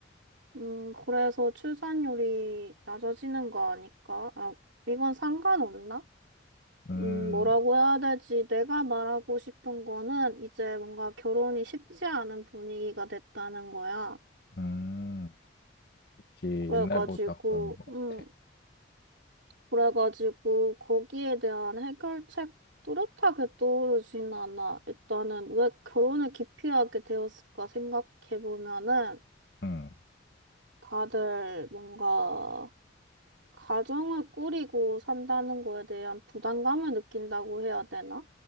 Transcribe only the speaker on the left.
음,
음, 그치. 옛날보다
그런 것
같아.
음,